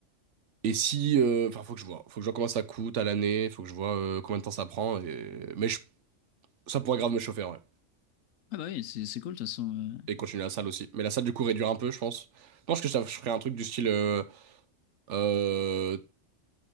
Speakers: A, on the right; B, on the left.
A: et si... euh, Enfin, faut que je vois. Faut que je vois combien ça coûte à l'année, faut que je vois euh, combien de temps ça prend. Et... Mais je- ça pourrait grave me chauffer, ouais.
B: Ah bah oui, c'est c'est cool de toute façon. euh.
A: Et continuer la salle aussi. Mais la salle, du coup, réduire un peu, je pense. Je pense que ça, je ferais un truc du style euh, euh,